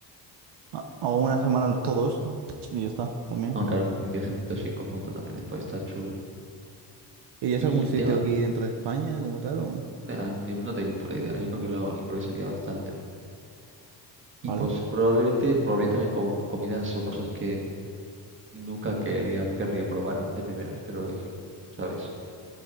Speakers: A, on the right; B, on the right.
A: A- O una semana los todos y ya está, también.
B: Ah, claro, un viajecito así en conjunto también después está chulo.
A: ¿Irías
B: Y
A: a algún
B: el
A: sitio
B: tema,
A: aquí dentro de España como tal o...?
B: ah, ni- no tengo ni puta idea. Yo creo que lo improvisaría bastante.
A: ¿Vale?
B: Y pues probablemente probaría también con comidas o cosas que nunca quería, querría probar de primeras, pero dije, ¿sabes?